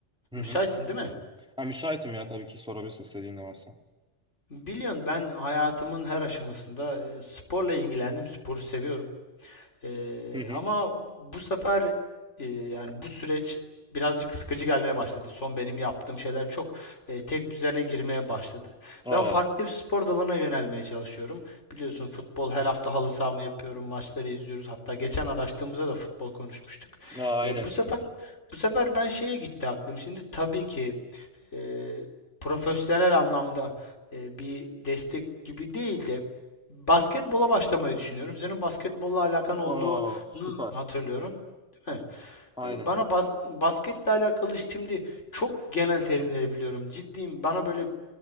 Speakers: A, in the centre; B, on the left.
A: Hı
B: müsaitsin
A: hı.
B: değil mi?
A: Ha, müsaitim ya tabii ki sorabilirsin istediğin ne varsa.
B: Biliyorsun ben hayatımın her aşamasında e, sporla ilgilendim sporu seviyorum. Ee,
A: Hı hı.
B: ama bu sefer e, yani bu süreç birazcık sıkıcı gelmeye başladı. Son benim yaptığım şeyler çok e, tek düzene girmeye başladı.
A: Aa,
B: Ben farklı bir spor dalına yönelmeye çalışıyorum. Biliyorsun futbol her hafta halı sahamı yapıyorum, maçları izliyoruz. Hatta geçen araştığımızda da futbol konuşmuştuk.
A: aa, aynen.
B: E, bu sefer bu sefer ben şeye gitti aklım. Şimdi tabii ki e, profesyonel anlamda e, bir destek gibi değil de basketbola başlamayı düşünüyorum. Senin basketbolla alakan
A: Aa,
B: olduğunu
A: süper.
B: hatırlıyorum, değil mi?
A: Aynen.
B: E, Bana bas basketle alakalı şimdi çok genel terimleri biliyorum. Ciddiyim. Bana böyle